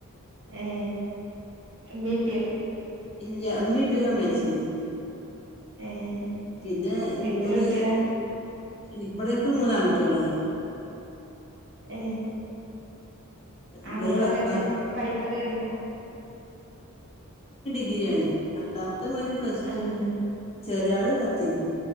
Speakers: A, on the right (about 60°); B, on the left (about 25°).
A: ഏ മട്ട
B: ഇല്ല അമ്മീപ്പക്ക മച്ചിക്ക
A: ഏഹ്
B: പിന്നെ
A: എത്ര
B: മൂന്ന്
A: കുട്ടികളാ
B: ഇവിടെക്ക മൂന്നാ കുട്ടികളെ
A: ഏ ആകുട്ടികളൊക്കെ
B: ഇവരെ
A: എങ്ങനെ
B: ഭർ
A: പഠിപ്പൊക്കെ കഴിഞ്ഞ
B: രണ്ടാ മ പ്ലസ്
A: ആഹ്
B: ടു ചെറിയള് പത്തിര